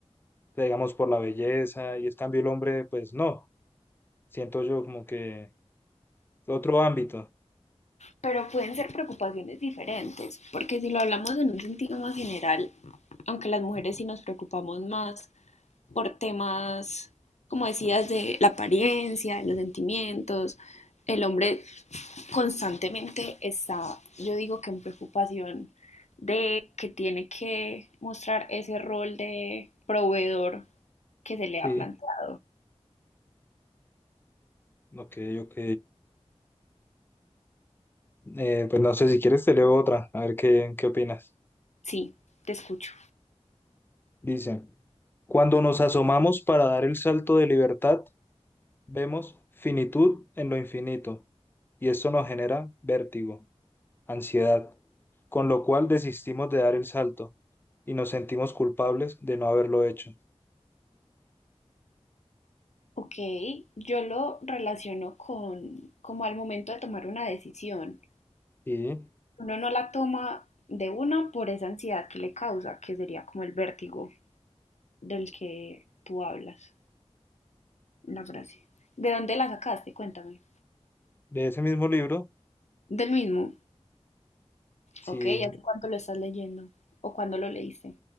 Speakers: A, on the left; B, on the left.
A: digamos, por la belleza, y es cambio el hombre, pues no, siento yo como que otro ámbito.
B: Pero pueden ser preocupaciones diferentes, porque si lo hablamos en un sentido más general, aunque las mujeres sí nos preocupamos más por temas, como decías, de la apariencia, de los sentimientos. El hombre constantemente está, yo digo que en preocupación de que tiene que mostrar ese rol de proveedor que se le
A: Sí,
B: ha planteado.
A: ok, ok. Eh, pues no sé, si quieres te leo otra, a ver qué, qué opinas.
B: Sí, te escucho.
A: Dice, cuando nos asomamos para dar el salto de libertad, vemos finitud en lo infinito, y esto nos genera vértigo. ansiedad, con lo cual desistimos de dar el salto y nos sentimos culpables de no haberlo hecho.
B: Ok, yo lo relaciono con como al momento de tomar una decisión.
A: Y
B: Uno no la toma de una por esa ansiedad que le causa, que sería como el vértigo del que tú hablas. la frase. ¿De dónde la sacaste? Cuéntame.
A: de ese mismo libro,
B: Del mismo.
A: sí,
B: Ok, ¿y ¿hace cuánto lo estás leyendo? ¿O cuándo lo leíste?